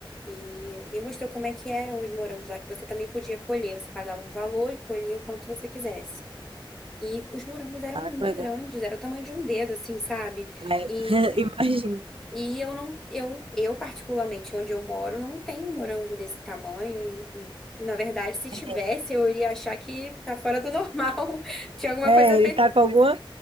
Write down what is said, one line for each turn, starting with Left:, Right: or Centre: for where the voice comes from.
Centre: e me mostrou como é que eram os morangos lá, que você também podia colher, você pagava um valor e colhia o quanto você quisesse. E os morangos eram
Right: Ah,
Centre: muito
Right: que legal.
Centre: grandes, era o tamanho de um dedo, assim, sabe?
Right: Aí,
Centre: E,
Right: eu- <laughs> imagino.
Centre: e eu não, eu, eu particularmente, onde eu moro, não tem morango desse tamanho e, na verdade, se tivesse,
Right: É,
Centre: eu iria achar que tá fora do normal. <laughs> Tinha alguma
Right: é,
Centre: coisa
Right: ele tá com alguma.